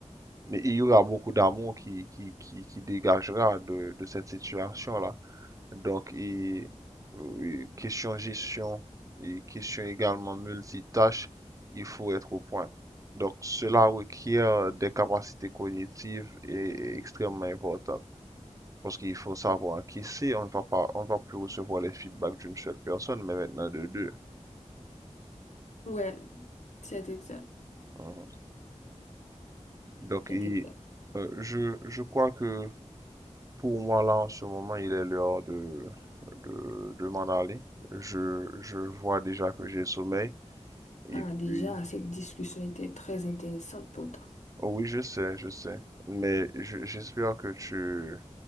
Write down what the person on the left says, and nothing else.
Ouais, c'est exact.
C'est
exact.
Ah, déjà,
cette discussion était très intéressante pour toi.